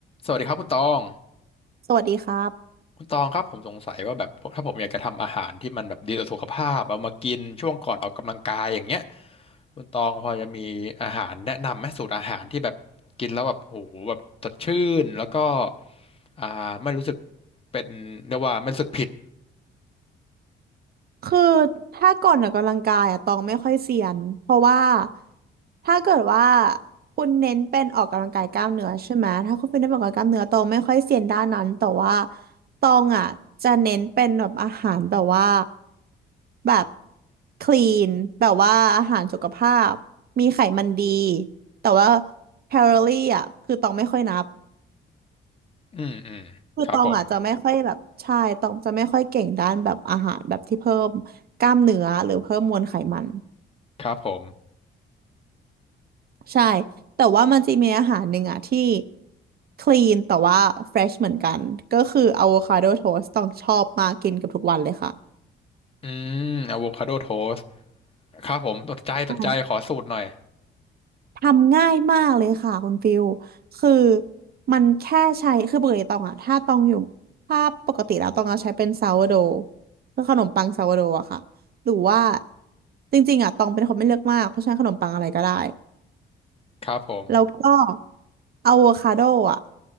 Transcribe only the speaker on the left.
สวัสดีครับคุณตอง
คุณตองครับผมสงสัยว่าแบบถ้าผมอยากจะทำอาหารที่มันแบบดีต่อสุขภาพเอามากินช่วงก่อนออกกำลังกายอย่างเงี้ยคุณตองพอจะมีอาหารแนะนำไหมสูตรอาหารที่แบบกินแล้วแบบโอ้โหแบบสดชื่นแล้วก็อ่าไม่รู้สึกเป็นเรียกว่าไม่รู้สึกผิด
อืมอืมครับผม
ครับผม
อืมอะโวคาโดโทสครับผมสนใจสนใจขอสูตรหน่อย
ครับผม